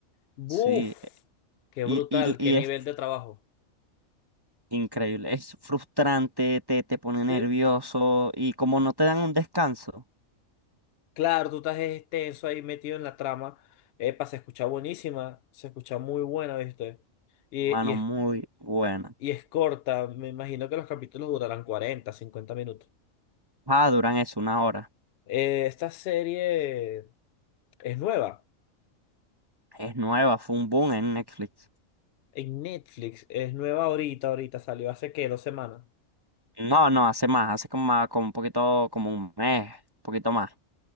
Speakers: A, on the left; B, on the right.
A: ¡Buf!
B: Sí,
A: ¡Qué
B: y,
A: brutal!
B: y,
A: ¡Qué
B: y
A: nivel
B: es
A: de trabajo!
B: increíble, es frustrante, te, te pone
A: Sí.
B: nervioso y como no te dan un descanso,
A: Claro, tú estás extenso ahí metido en la trama. Epa, se escucha buenísima, se escucha muy buena, ¿viste? Y,
B: hermano,
A: y
B: muy buena.
A: Y es corta, me imagino que los capítulos durarán 40 50 minutos.
B: Ah, duran eso, una hora.
A: Eh, esta serie es nueva
B: Es nueva, fue un boom en Netflix.
A: en Netflix, es nueva ahorita, ahorita salió hace qué, dos semanas.
B: No, no, hace más, hace como, más- como un poquito, como un mes, un poquito más.